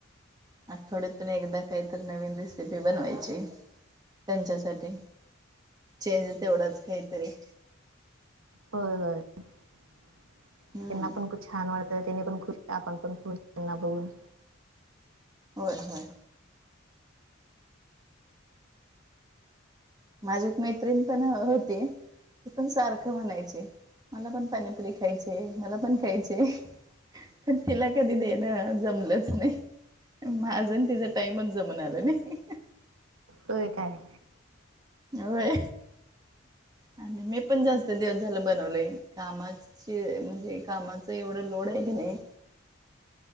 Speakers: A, on the right (about 20°); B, on the right (about 85°).
A: आठवड्यात एकदा काहीतरी नवीन रेसिपी बनवायची त्यांच्यासाठी, चेंज तेवढाच काहीतरी
B: होय होय त्यांना
A: हम्म
B: पण खूप छान वाटतं त्यांनी पण खूप आपण पण खूष त्यांना बघून
A: होय होय! माझी एक मैत्रिण पण होती. ती पण सारखं म्हणायची, मला पण पानीपुरी खायचीय मला पण खायचीय. पण तिला कधी देणं जमलंच नाही. माझं अन तिचा टाइमच जमुन आला नही.
B: होय काय?
A: होय. आणि मी पण जास्त दिवस झालं बनवलं नाही. कामाच म्हणजे कामाच एवढं लोड आहे की नाही,